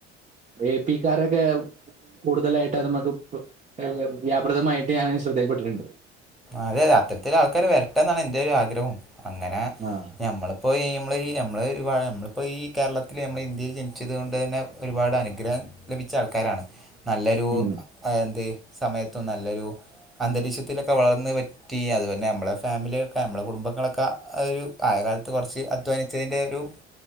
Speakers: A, on the right (about 20°); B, in the centre.
A: ഏ പ്പി ക്കാരൊക്കെ കൂടുതലായിട്ട് അത് മ്മക്ക്പ്പൊ <unintelligible> വ്യാപ്രദമായിട്ട് ഞാനങ്ങ് ശ്രദ്ധയിപെട്ടിട്ടുണ്ട്
B: അതെ അത്തരത്തിലാൾക്കാര് വരട്ടെന്നാണ് ഇന്റൊരു ആഗ്രഹും അങ്ങനെ
A: ആഹ്
B: നമ്മളിപ്പോ ഈ നമ്മളീ നമ്മളീ നമ്മളിപ്പോ ഈ കേരളത്തില് നമ്മള് ഇന്ത്യയില് ജനിച്ചത് കൊണ്ട് തന്നെ ഒരുപാട് അനുഗ്രഹം ലഭിച്ച ആൾക്കാരാണ് - നല്ലൊരു
A: ഉം
B: എന്ത് സമയത്തും നല്ലൊരു അന്തരീക്ഷത്തിലൊക്കെ വളർന്ന് വ ലുതാകാം പറ്റീ അത് തന്നെ നമ്മളെ ഫാമിലിയൊക്കെ നമ്മടെ കുടുംബങ്ങളൊക്കെ അതൊരു ആയ കാലത്ത് കൊറച്ചൊരു അധ്വാനിച്ചതിൻ്റെ - രു